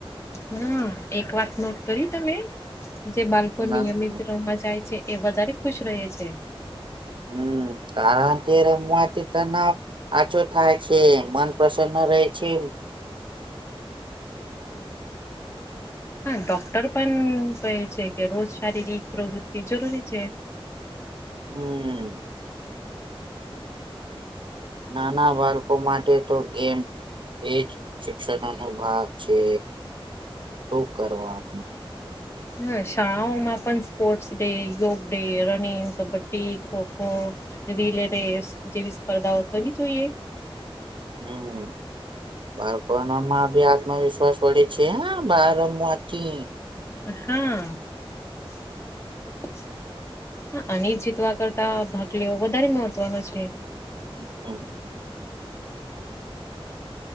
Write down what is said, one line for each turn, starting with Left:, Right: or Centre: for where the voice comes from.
Left: હમ, એક વાત નોટ કરી તમે? જે બાલકો
Right: ના
Left: નિયમિત રમા જાય છે, એ વધારે ખુશ રહે છે.
Right: હમ, કારણ તે રમવાથી તનાવ આછો થાય છે, મન પ્રસન્ન રહે છે.
Left: હા, ડોક્ટર પણ કહે છે કે રોજ શારીરિક પ્રવૃત્તિ જરૂરી છે.
Right: હમમ. નાના બાળકો માટે તો ગેમ એજ શિક્ષકાનુ ભાગ છે. તો કરવાનું
Left: હા શાળાઓમાં પણ સ્પોર્ટ્સ ડે, યોગ day, running, kabaddi, kho kho relay race જેવી સ્પર્ધાઓ થવી જોઈએ.
Right: હમમ. બાળપણ માં બી આત્મવિશ્વાસ વડે છે હા બાર રમવાથી.
Left: હું અને જીતવા કરતા ભાગ લેવો વધારે મહત્વનો છે.
Right: હ